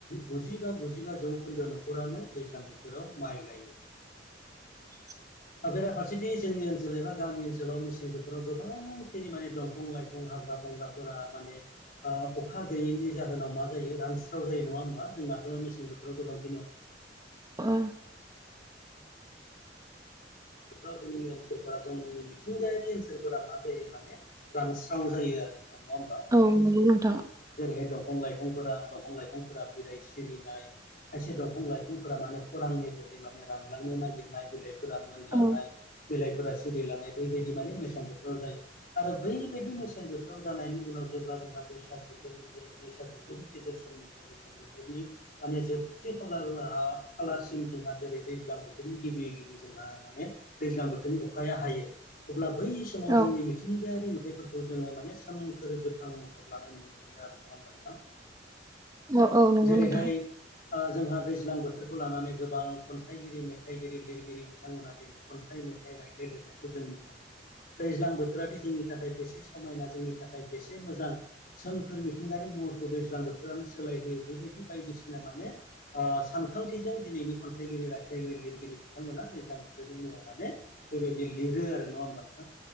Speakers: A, on the left; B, on the right.
A: गुजिबा गुजिबा जौखोन्दो न'खरानो दैज्लां बोथोराव माइ गायो।
B: <unintelligible>
A: बेेरा फारसेथि जोंनि ओनसोल एबा गामि ओनसोलाव मेसें बोथोराव गोबांखिनि माने दंफं-लाइफं हाग्रा बंग्राफोरा माने अखा गैयैनि जाहोनाव मा जायो रानस्राव जायो नङा होमब जोंनाथ' मेसें बोथोराव गोबांखिनि अ
B: उम <unintelligible>
A: याव जोंनि ओनसोलफोरा जोंनि मिथिंगायारि ओनसोलफोरा मा जायो माने रानस्राव जायो आरो नोंथां नङा होमबा
B: औ नोंगौ नों
A: जेरैहाय दंफं-लाइ दफफोरा दंफां लाइफांफोरा बिराय सिरिनाय खायसे दंफां लाइफांफोरा माने खरांनि जोहै माने रानलांनो नागिरनाय बिलाइफोरा मोनलांनाय
B: औ
A: बिलाइफोरा सिरिलांनाय बैबायदि माने मेसें बोथोराव जायो आरो बैबायदि मेसें बोथोराव जानायनि उनाव जेब्ला जोंहा बैसाग बोथोरनि बैसाग बोथोरनि गेजेर समनिफ्राय बैसाग बोथोरनि माने जोबथि खालार राहा खालारसिम जोंहा जेरै दैज्लां बोथोरनि गिबि गिबि जोंहा माने दैज्लां बोथोरनि अखाया हायो। अब्ला बै समाव
B: औ
A: जोंनि मिथिंगायारि नुथायफोरखौ जोङो माने सोमखोर गोथां महर लानाय नुनो मोनो। मोनो आरो नङा ओमबा नोंथां?
B: औ औ नंगौ
A: जेरैहाय
B: नोंथां।
A: ओ जोंहा दैज्लां बोथोरखौ लानानै गोबां खन्थाइगिरि मेथाइगिरि लिरगिरि बिथांमोना दिनै खन्थाइ मेथाइ रायथाइ लिरनायखौ जों नुनो मोनो। दैज्लां बोथोरादि जोंनि थाखाय बेसे समायना जोंनि थाखाय बेसे मोजां सोमखोर मिथिंगानि महरखौ दैज्लां बोथोरानो सोलायहोयो बेबायदि बायदिसिना माने ओ सानखां थिजों दिनैनि खन्थाइगिरि, रायथाइगिरि, लिरगिरि बिथांमोना दैज्लां बोथोरनि मुङाव माने बेबायदि लिर रो आरो नङा होमबा नोंथां?